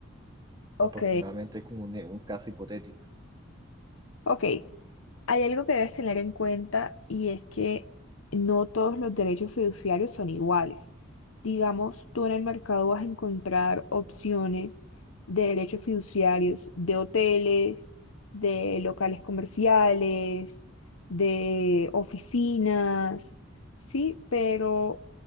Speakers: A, on the left; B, on the right.
A: Ok,
B: aproximadamente como un, un caso hipotético.
A: ok. Hay algo que debes tener en cuenta y es que no todos los derechos fiduciarios son iguales. Digamos, tú en el mercado vas a encontrar opciones de derechos fiduciarios de hoteles, de locales comerciales, de oficinas, sí, pero